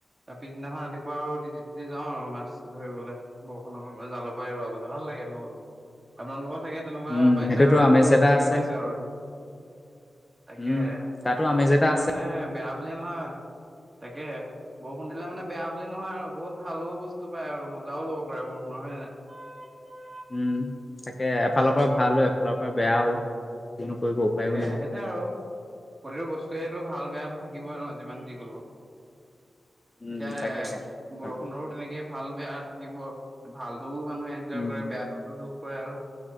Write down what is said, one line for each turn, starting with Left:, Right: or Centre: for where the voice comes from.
Right: তাৰ পিছদিনাখন ৰাতিপুৱা আৰু তি তি যাওঁ আৰু মাছ ধৰিবলৈ। বৰষুণৰ পৰা জালৰ পৰা এেৰুৱ গ ভাল লাগে তেনেকুৱা আপোনালোকৰ। থাকে তেনেকুৱা
Left: উম,
Right: পাইছে
Left: সেইটোতো
Right: আৰু
Left: আমেজ
Right: পুৰা
Left: এটা
Right: ফুৰ্তিয়ে
Left: আছে।
Right: পাইছে আৰু। তাকে
Left: উম, তাতো
Right: এতিয়া বৰষুণ
Left: আমেজ এটা
Right: দিলে
Left: আছে।
Right: মানে বেয়া বুলিয়ে নহয় তাকে বৰষুণ দিলে মানে বেয়া বুলি নহয় আৰু বহুত ভালো বস্তু পায় আৰু মজাও ল'ব কৰে পুৰুষ নহয়
Left: উম তাকে এফালৰ পৰা ভালো এফালৰ পৰা বেয়াও কিনো কৰিব উপায়ো
Right: তাকে
Left: নাই।
Right: সেইটো আৰু প্ৰতিটো বস্তুয়েই টো ভাল- বেয়াটো থাকিবই নহয় যিমান যি ক'লে
Left: উম,
Right: এতিয়া এ
Left: তাকেহে
Right: বৰষুণৰো
Left: ভাল
Right: তেনেকে ভাল-বেয়া থাকিব ভালতটোও মানুহে এনজয়
Left: উম,
Right: কৰে, বেয়াটোতো দুখ কৰে আৰু